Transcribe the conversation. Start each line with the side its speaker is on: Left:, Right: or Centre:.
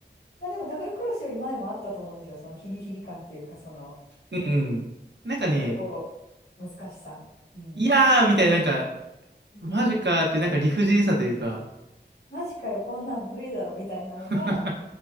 Left: まあでもダブルクロスより前もあったと思うんですよ、そのヒリヒリ感っていうか、その、
Right: うんうん。なんかね、
Left: ちょっとこう、難しさ。うん。
Right: いやーみたいな、なんか、
Left: うん。
Right: マジかーっていう、なんか理不尽さというか
Left: マジかよ、こんなん無理だろ、みたいなのが、
Right: <laughs>